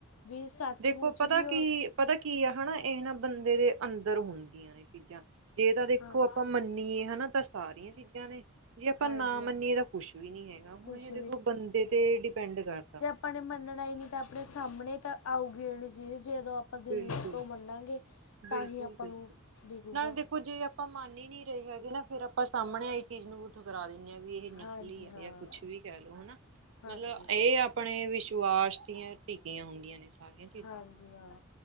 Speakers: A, on the left; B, on the right.
A: ਵੀ ਸੱਚਮੁੱਚ
B: ਦੇਖੋ ਪਤਾ
A: ਹੀ ਉਹ
B: ਕੀ ਪਤਾ ਕੀ ਆ ਹਨਾ ਇਹਨਾਂ ਬੰਦੇ ਦੇ ਅੰਦਰ ਹੁੰਦੀ ਆ ਚੀਜਾਂ ਇਹ ਤਾਂ ਦੇਖੋ
A: ਹਾਂ
B: ਆਪਾਂ ਮੰਨੀਏ ਹਨਾ ਤਾਂ ਸਾਰੀਆਂ ਚੀਜ਼ਾਂ ਨੇ ਜੇ ਆਪਾਂ
A: ਹਾਂਜੀ
B: ਨਾ ਮੰਨੀਏ
A: ਹਾਂ
B: ਤਾਂ ਕੁਛ ਵੀ ਨਹੀਂ। ਬੰਦੇ ਤੇ
A: ਕੁਛ
B: ਡਿਪੈਂਡ ਕਰਤਾ ਬੰਦੇ ਤੇ ਡਿਪੈਂਡ ਕਰਤਾ।
A: ਹੁਣ ਮੰਨਣਾ ਹੀ ਨਹੀਂ ਤਾਂ ਆਪਣੇ ਸਾਹਮਣੇ ਤਾਂ ਆਉਗੀ ਜਿਹੜੀ ਚੀਜ਼ ਜਦੋਂ ਆਪਾਂ ਦਿਲ
B: ਬਿਲਕੁਲ
A: ਤੋਂ ਮੰਨਾਂਗੇ ਤਾਂ
B: ਬਿਲਕੁਲ
A: ਹੀ ਆਪਾਂ
B: ਬਿਲਕੁਲ
A: ਨੂੰ ਦਿਖੂਗਾ।
B: ਨਾਲੇ ਦੇਖੋ ਜੇ ਆਪਾਂ ਮੰਨ ਨਹੀਂ ਰਹੇ ਹੈਗੇ ਨਾ ਫਿਰ ਆਪਾਂ ਸਾਹਮਣੇ ਆਈ ਚੀਜ਼ ਨੂੰ ਵੀ ਠੁਕਰਾ ਦੇਣੇ। ਵੀ ਇਹ ਨਕਲੀ
A: ਹਾਂਜੀ
B: ਹ
A: ਹਾਂ
B: ਜਾਂ ਕੁਛ ਵੀ ਕਹਿ ਲਓ ਹਨਾ
A: ਹਾਂਜੀ
B: ਮਤਲਬ ਇਹ ਆਪਣੇ ਵਿਸ ਟਿਕੀਆਂ ਹੁੰਦੀਆਂ ਨੇ ਖਾ ਕੇ
A: ਹਾਂਜੀ ਹਾਂ।